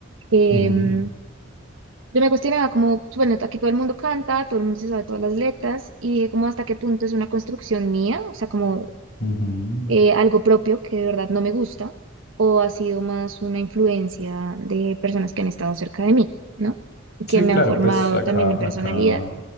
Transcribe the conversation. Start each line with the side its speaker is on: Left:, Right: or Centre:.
Right: em,
Left: ujú,
Right: yo me cuestionaba como, bueno, aquí todo el mundo canta, todo el mundo se sabe todas las letras, y dije como hasta qué punto es una construcción mía, o sea, como
Left: ujú.
Right: eh, algo propio que de verdad no me gusta, o ha sido más una influencia de personas que han estado cerca de mí, ¿no?
Left: Sí,
Right: Que me
Left: claro,
Right: han formado
Left: pues acá,
Right: también en personalidad,
Left: acá,